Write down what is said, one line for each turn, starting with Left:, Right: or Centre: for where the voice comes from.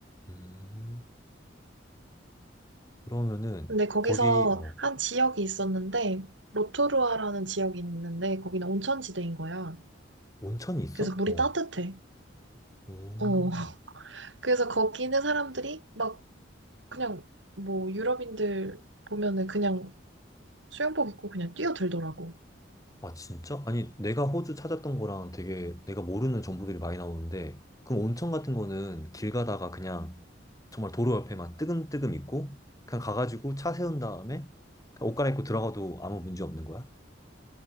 Left: 음. 그러면은
Right: 근데 거기서
Left: 거기 어
Right: 한 지역이 있었는데, 로토루아라는 지역이 있는데, 거기는 온천지대인 거야.
Left: 온천이 있어?
Right: 그래서 물이
Left: 어.
Right: 따뜻해.
Left: 음.
Right: 어. 그래서 거기 있는 사람들이 막 그냥 뭐 유럽인들 보면은 그냥 수영복 입고 그냥 뛰어들더라고.
Left: 아, 진짜? 아니, 내가 호주 찾았던 거랑 되게 내가 모르는 정보들이 많이 나오는데, 그럼 온천 같은 거는 길 가다가 그냥 정말 도로 옆에만 뜨금뜨금 있고, 그냥 가가지고 차 세운 다음에 그냥 옷 갈아입고 들어가도 아무 문제 없는 거야?